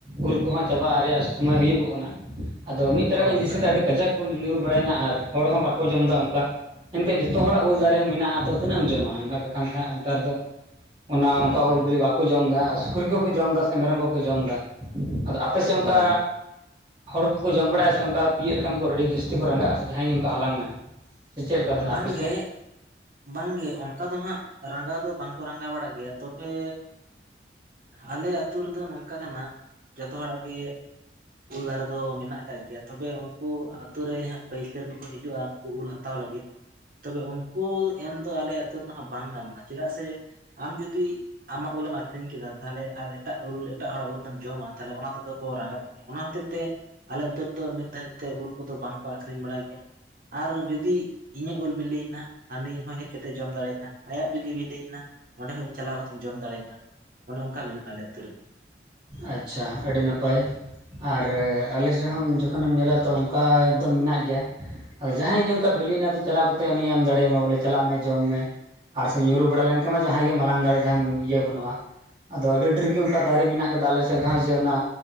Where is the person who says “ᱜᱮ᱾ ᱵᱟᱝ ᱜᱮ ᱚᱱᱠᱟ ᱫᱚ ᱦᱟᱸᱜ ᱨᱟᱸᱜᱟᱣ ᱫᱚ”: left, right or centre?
Right